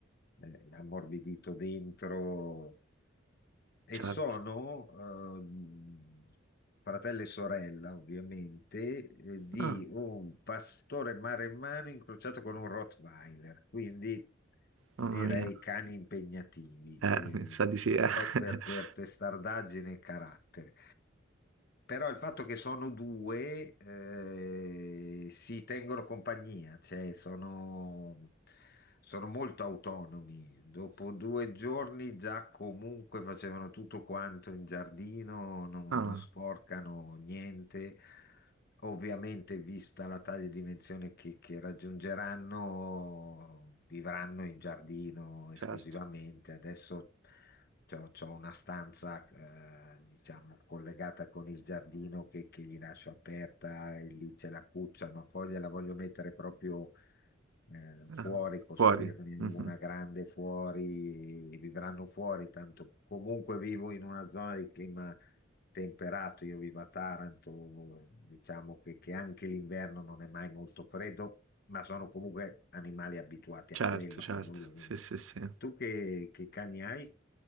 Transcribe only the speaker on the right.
Certo.
Ah,
mamma mia.
Eh,
mi sa di sì, eh.
<laughs>
Ah,
certo.
Ah,
Fuori.
Mhm.
Certo,
certo.
Sì, sì, sì.